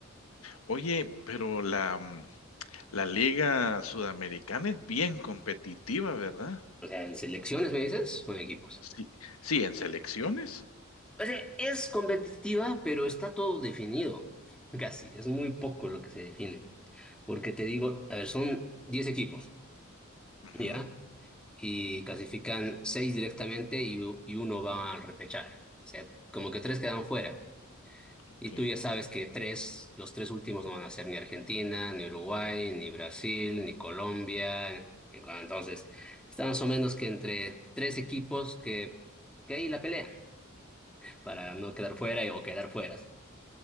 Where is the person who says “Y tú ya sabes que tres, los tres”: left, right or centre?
Centre